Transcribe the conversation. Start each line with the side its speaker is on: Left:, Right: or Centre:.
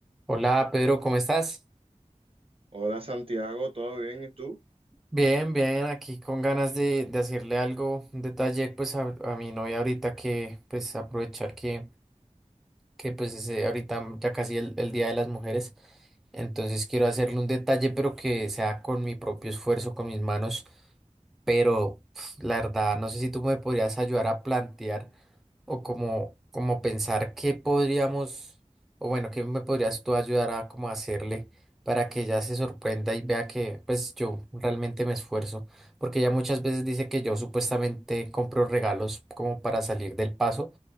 Centre: Hola Pedro, ¿cómo estás?
Right: Hola Santiago, ¿todo bien? ¿Y tú?
Centre: Bien, bien, aquí con ganas de, de hacerle algo, un detalle pues a, a mi novia ahorita que pues aprovechar que, que pues ese- ahorita ya casi el, el Día de las Mujeres, entonces quiero hacerle un detalle pero que sea con mi propio esfuerzo, con mis manos. pero pf, la verdad, no sé si tú me podrías ayudar a plantear o como, como pensar qué podríamos, o bueno, qué me podrías tú ayudar a como hacerle para que ella se sorprenda y vea que pues yo realmente me esfuerzo, porque ella muchas veces dice que yo supuestamente compro regalos como para salir del paso,